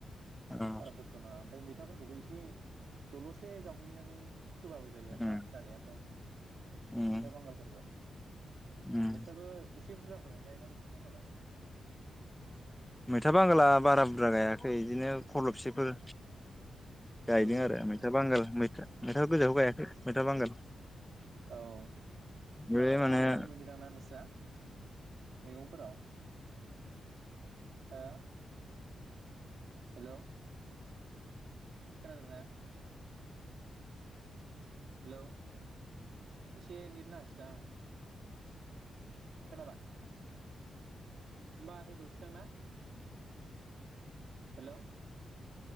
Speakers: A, in the centre; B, on the right (about 70°).
A: ओ
B: बारा खस्थ' नङा ओमफ्राय मै थाफोरखौबो एसे दलसे जावग्लिनानै फोबाबो जायो
A: उम
B: आरो ना जानायाथ'
A: उम
B: मैथाइ बांगालफोरखौ
A: उम
B: नोंसोरबो एसे बुरजाफोरानो गायोदां नोंसिना मालाय
A: मैथा बांगला बारा बुरजा गायाखै बिदिनो खरलबसेफोर गायदों
B: औ
A: आरो मैथा बांगाल मै मैथाखौ गोजाखौ गायाखै मैथा बांगाल
B: औ होनबालाय
A: बे माने
B: मेलायानो मोनोदां ना नोंस्रा मैगंफोराव हो हेलौ खोनादोंना हेलौ एसे नेट नाङासैदां खोनाबाय होमबा आरो दोनथनिसै दांना हेल'